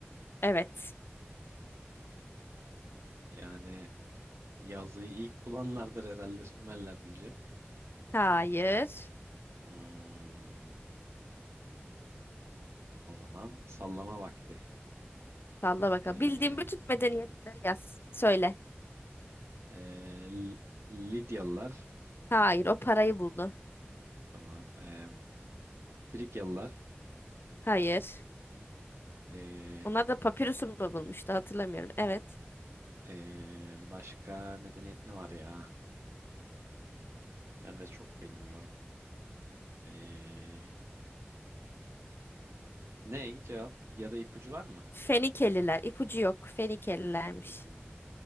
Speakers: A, on the left; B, on the right.
A: Evet.
B: yani yazıyı ilk bulanlardır herhalde Sümerler diyeceğim.
A: Hayır.
B: Hmm, o zaman sallama vakti.
A: Salla bakalım.
B: Ee,
A: Bildiğim bütün medeniyetleri yaz. Söyle.
B: e, L- Lidyalılar
A: Hayır o parayı buldu.
B: tamam. Ee, Frigyalılar
A: Hayır.
B: ee,
A: Onlar da papirüsü mü bulmuştu hatırlamıyorum. Evet.
B: ee, başka medeniyet ne var ya? Ben de çok bilmiyorum. Ee, ne cevap ya da ipucu var mı?
A: Fenikeliler. İpucu yok. Fenikelilermiş.
B: Hmm,